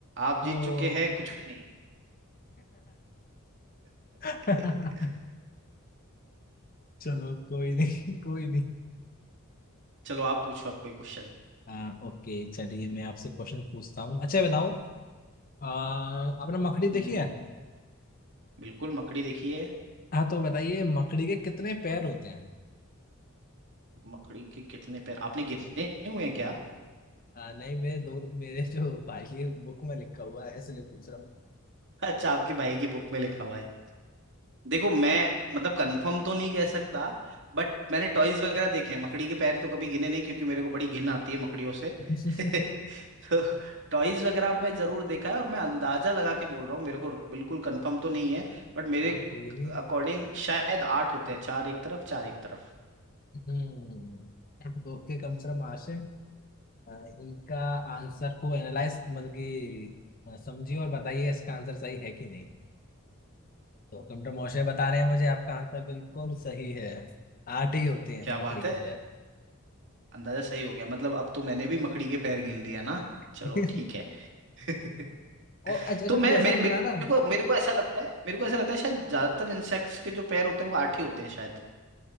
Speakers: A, on the right (about 60°); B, on the left (about 40°).
A: आप जीत
B: ओ
A: चुके हैं कुछ भी नहीं
B: <laughs>
A: <laughs>
B: चलो कोई नहीं कोई नहीं
A: चलो आप पूछो आप कोई क्वेश्चन
B: हाँ ओके चलिए मैं आपसे क्वेश्चन पूछता हूँ अच्छा बताओ आ, आपने मकड़ी देखी
A: हम्म
B: है
A: बिल्कुल मकड़ी देखिए
B: हाँ तो बताइए मकड़ी के कितने पैर होते हैं
A: मकड़ी के कितने पैर आपने गिने हुए हैं क्या
B: आ, नहीं मेरे दो मेरे जो भाई है बुक में लिखा हुआ है इसलिए पूछ रहा हूँ मैं।
A: अच्छा आपके भाई की बुक में लिखा हुआ है देखो मैं मतलब कंफर्म तो नहीं कह सकता बट मैंने टॉयज वगैरह देखे हैं मकड़ी के पैर तो कभी गिने नहीं क्योंकि मेरे को बड़ी घिन आती है मकड़ियों से
B: <laughs>
A: <laughs> तो <laughs> टॉयज वगैरह में जरूर देखा है और मैं अंदाजा लगा के बोल रहा हूँ मेरे को बिल्कुल कंफर्म तो नहीं है बट मेरे
B: हाँ कोई नहीं
A: अकॉर्डिंग शायद आठ होते हैं चार एक तरफ चार एक तरफ
B: हम्म ओके कंप्यूटर मार्श है अ, इनका आंसर को एनालाइज मतलब कि अ, समझिए और बताइए इसका आंसर सही है कि नहीं तो कंप्यूटर मॉडल बता रहे हैं मुझे आपका आंसर बिल्कुल सही है आठ ही होते हैं
A: क्या
B: मकड़ी
A: बात
B: के
A: है
B: पैर
A: अंदाजा सही हो गया मतलब अब तो मैंने भी मकड़ी के पैर गिन लिया ना चलो
B: <laughs>
A: ठीक है <laughs>
B: और अच्छा actually
A: तो मैं
B: जैसा
A: मेरे
B: आपने बताया
A: मेरे
B: ना
A: को मेरे को ऐसा लगता है मेरे को ऐसा लगता है शायद ज्यादातर इंसेक्ट्स के जो पैर होते हैं वो आठ ही होते हैं शायद